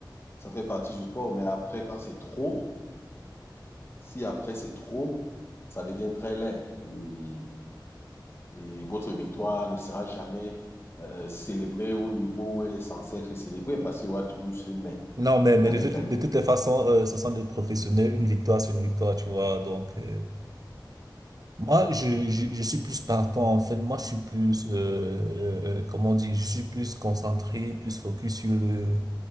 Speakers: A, on the left; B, on the right.
A: ça fait partie du sport. Mais après, quand c'est trop, si après c'est trop, ça devient très laid. Et Et votre victoire ne sera jamais euh, célébrée au niveau où elle est censée être célébrée parce qu'il y aura toujours ce mais.
B: Non, mais,
A: Vous
B: mais
A: avez
B: de,
A: gagné.
B: toutes- de toutes les façons, euh, ce sont des professionnels, une victoire, c'est une victoire, tu vois, donc, euh, moi, je, je, je suis plus partant, en fait, moi, je suis plus, euh, euh, euh, comment on dit, je suis plus concentré, plus focus sur le,